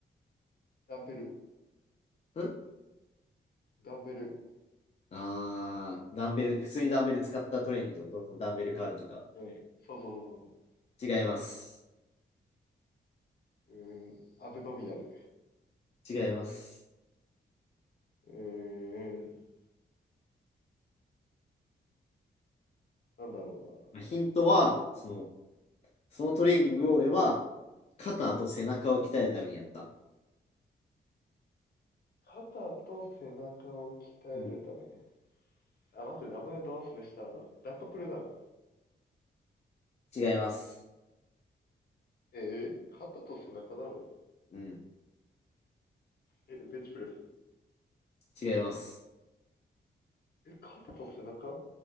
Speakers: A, on the left; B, on the left.
A: ダンベル。
B: の。ん
A: ダンベル。
B: あー、ダンベル、普通にダンベル使ったトレーニングってことダンベルカールとか。
A: うん。そうそうそう
B: 違います。
A: そう。うーん。アブドミナル。
B: 違います。
A: うーん。なんだろうな。
B: まあ、ヒントは、その、そのトレーニングを俺は、肩と背中を鍛えるためにやった。
A: 肩と背中を鍛えるため。
B: うん。
A: あ、待って、名前をど忘れした。あの、ラットプルダウン。
B: 違います。
A: えー、肩と背中だろ
B: うん。
A: え、ベンチプレス。
B: 違います。
A: え、肩と背中